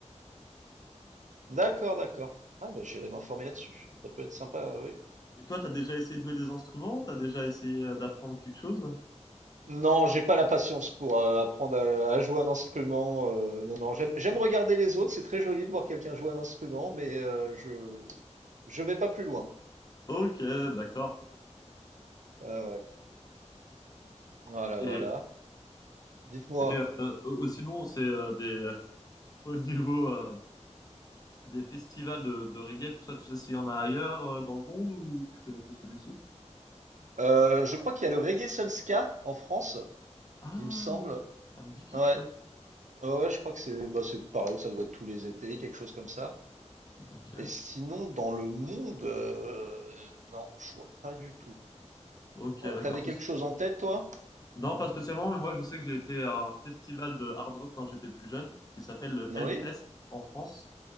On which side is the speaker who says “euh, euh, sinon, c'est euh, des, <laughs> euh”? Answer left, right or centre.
Left